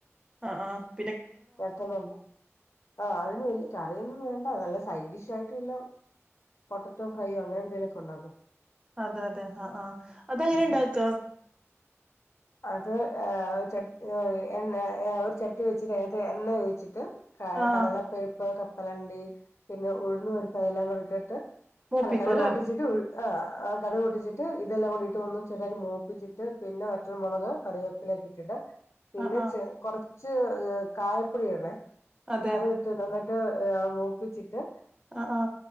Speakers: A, on the right; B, on the left.
A: ആ ആ
B: പെട്ടണ്ട ആഹ അതിന് വലിയ ട്കറിയൊന്നും വേണ്ട അതല്ല സൈഡ് ഡിഷ് ആയിട്ട് വല്ല പൊട്ടട്ടോ ഫ്രൈയോ അങ്ങനെ എന്തെങ്കലുക്കെ ണ്ടാക്കും
A: അതെ അതെ ആ ആഅതെങ്ങനെ നെ ഉണ്ടാക്ക
B: ഉം അത് ച എണ് ഒരു ചട്ടി വെച്ചിട്ട് ഏത് എണ്ണ ഓയ്ച്ചിട്ട് ക
A: ആഹ്
B: കടലപ്പരിപ്പ് കപ്പലണ്ടി പിന്നെ ഉഴന്ന് പരിപ്പ് അതെല്ലാം കൊണ്ടിട്ട്
A: മൂപ്പിക്കോല്ലേ
B: അല്ല കടക് പൊട്ടിച്ചിട്ട് ആ് ആ് കറിവ കുടിച്ചിട്ട് ഇതെല്ലാം കൂടിട്ട് ഒന്ന ചെറട്ട മോപ്പിച്ചിട്ട് പിന്നെ മറ്റൊരു മുളക് കറിവേപ്പിലക്കെ ഇട്ടിട്ട് പിന്നെ
A: ആഹ് ആഹ്
B: കൊറച്ച് കായപ്പൊടി ആണേ
A: അതെ
B: അത് വിട്ട് നന്നായിട് ട്ട് മൂപ്പിച്ചിട്ട്
A: ആആ